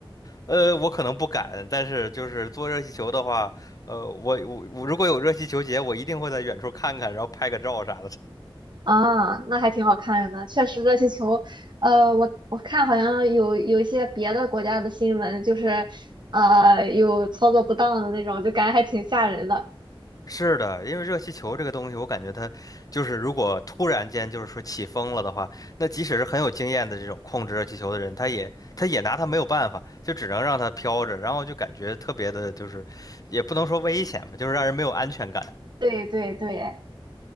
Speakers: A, on the left; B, on the right.
A: 呃，我可能不敢，但是就是坐热气球的话，呃，我我我如果有热气球节，我一定会在远处看看，然后拍个照啥的。
B: 啊，那还挺好看的。确实，热气球，呃，我我看好像有有一些别的国家的新闻，就是呃有操作不当的那种，就感觉还挺吓人的。
A: 是的，因为热气球这个东西，我感觉它就是如果突然间就是说起风了的话，那即使是很有经验的这种控制热气球的人，他也他也拿它没有办法，就只能让它飘着，然后就感觉特别的，就是也不能说危险吧，就是让人没有安全感。
B: 对对对，